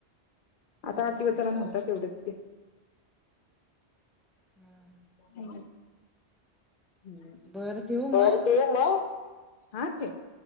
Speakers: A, in the centre; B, on the left (about 55°).
A: हा
B: आता आठ
A: हा
B: दिवसाला नव्हता. तेवढेच की
A: हा
B: हम्म, हम्म ्
A: बरं ठेवू
B: तर
A: मग
B: ते <unintelligible>